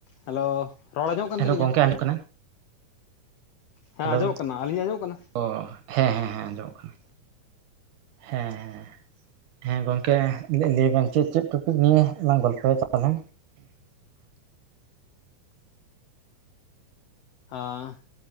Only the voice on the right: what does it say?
ᱦᱮᱞᱳ,
ᱜᱚᱝᱠᱮ ᱟᱸᱡᱚᱢᱚᱜ ᱠᱟᱱᱟ?
ᱦᱮᱞᱳ
ᱚ ᱦᱮᱸ ᱦᱮᱸ ᱦᱮᱸ ᱟᱸᱡᱚᱢᱚᱜ ᱠᱟᱱᱟ᱾ ᱦᱮᱸ ᱦᱮᱸ ᱦᱮᱸ ᱦᱮᱸ ᱜᱚᱝᱠᱮ ᱞᱟᱹᱭ ᱵᱮᱱ ᱪᱮᱫ ᱪᱮᱫ ᱴᱚᱯᱤᱠ ᱱᱤᱭᱮ ᱞᱟᱝ ᱜᱚᱞᱯᱚᱭᱟ ᱛᱟᱦᱚᱞᱮ?